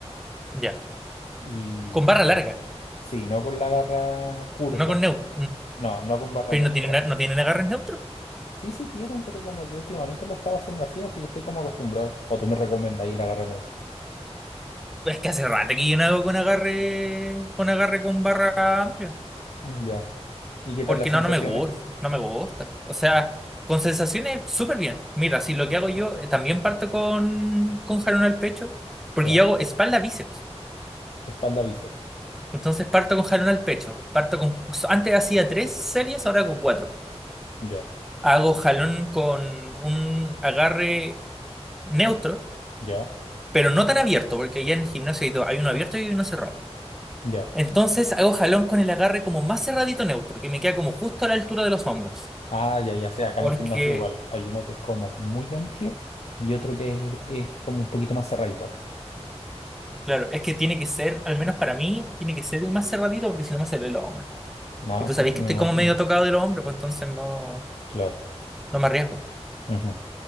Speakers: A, in the centre; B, on the left.
A: Ya.
B: Y
A: Con barra larga,
B: sí, no con la barra curva.
A: no con neutro.
B: No, no con barra
A: Pero
B: neutra.
A: no tiene, una- no tienen agarres neutros.
B: Sí, sí tienen, pero como que últimamente lo estaba haciendo así, así que estoy como acostumbrado. O tú me recomiendas ahí el agarre neutro.
A: Es que hace rato que yo no hago con agarre, con agarre con barra amplia,
B: Mm, Ya. ¿Y qué tal
A: porque
B: las sensaciones?
A: no, no me gusta, no me gusta. O sea, con sensaciones súper bien. Mira, si lo que hago yo, eh, también parto con, con jalón al pecho, porque
B: Ya.
A: yo hago espalda bíceps.
B: Espalda bíceps.
A: Entonces parto con jalón al pecho, parto con, so, antes hacía tres series, ahora hago cuatro.
B: Ya.
A: Hago jalón con un agarre neutro,
B: Ya.
A: pero no tan abierto, porque ya en el gimnasio hay, do- hay uno abierto y uno cerrado.
B: Ya.
A: Entonces hago jalón con el agarre como más cerradito neutro, que me queda como justo a la altura de los hombros.
B: Ah, ya, ya sé, acá
A: Porque,
B: en el gimnasio igual. Hay uno que es como muy amplio y otro que es, es como un poquito más cerradito.
A: claro, es que tiene que ser, al menos para mí, tiene que ser el más cerradito porque si no me sale el hombro.
B: No,
A: Y tú
B: sí,
A: sabéis
B: sí,
A: que
B: me
A: estoy
B: imagino.
A: como medio tocado de los hombros, pues entonces no,
B: Claro.
A: no me arriesgo.
B: Ujú,